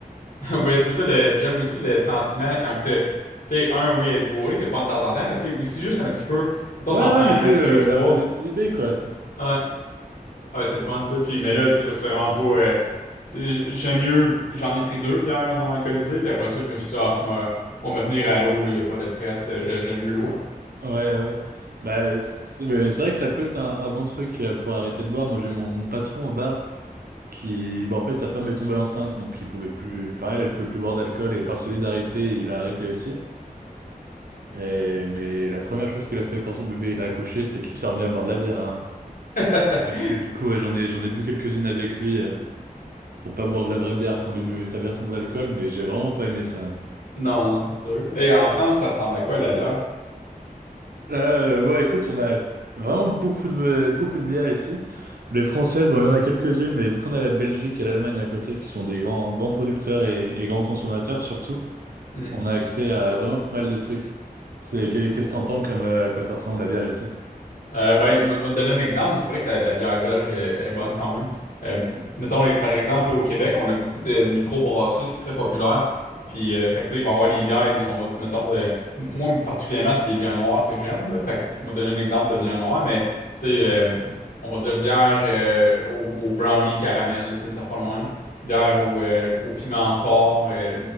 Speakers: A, on the left; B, on the right.
A: <laughs> Ouais, c'est ça, le- j'aime aussi le sentiment quand que t'as- tu sais, un, oui, être bourré, c'est le fun de temps en temps, mais tu sais, aussi juste un petit peu. Mettons,
B: Ouais,
A: t'en prends
B: ouais, mais tu sais, le,
A: deux, trois.
B: un peu désinhibé, quoi.
A: Ouais. Ouais, c'est le fun, ça. Puis, mais là, tu sais, c'est vraiment pas. euh, c'est- J'aime mieux, j'en ai pris deux bières non alcoolisées, puis après ça, je me suis dit, ah, moi, moi, me tenir à l'eau, là, y a pas de stress, euh, j'ai- j'aime mieux l'eau.
B: Ouais, ouais. ouais. Bah, c'est mais c'est vrai que ça peut être un, un bon truc euh, pour arrêter de boire. Moi, j'ai mon, mon patron au bar qui, bah, en fait, sa femme est tombée enceinte, donc il pouvait plus, enfin, elle, elle pouvait plus boire d'alcool et par solidarité, il a arrêté aussi. Et, mais la première chose qu'il a fait quand son bébé il a accouché, c'est qu'il s'est remis à boire de la bière, hein.
A: <laughs>
B: Euh, Parce que du coup, ouais, j'en ai, j'en ai bu quelques-unes avec lui euh, pour pas boire de la vraie bière quand lui buvait sa bière sans alcool, mais j'ai vraiment pas aimé ça.
A: Non, non, c'est sûr. Et en France, ça ressemble à quoi la bière?
B: Euh, bon, écoute, on a vraiment beaucoup de, beaucoup de bières ici. Les françaises, bon, il y en a quelques-unes, mais vu qu'on a la Belgique et l'Allemagne à côté, qui sont des grands, grands producteurs et, et grands consommateurs surtout,
A: Hmm.
B: on a accès à vraiment pas mal de trucs. C'est,
A: C'est-
B: qu'est-
A: ouais.
B: ce que t'entends comme euh, à quoi ça ressemble la bière ici?
A: Euh, ben, moi, moi, te donner un exemple, mais c'est vrai que la, la bière belge est, est bonne quand même. Euh, mettons, les- par exemple, là, au Québec, on a beaucoup de micro-brasseries, c'est très populaire. Puis, euh, fait que, tu sais, il va y avoir des bières, on va, mettons, euh, m- moi, particulièrement, c'est les bières noires que j'aime, là. Fait que, m'a donné un exemple de bière noire, mais, tu sais, euh, on va dire bière euh, au, au brownie caramel, tu sais, des affaires de même. Bière au, euh, au piment fort, euh,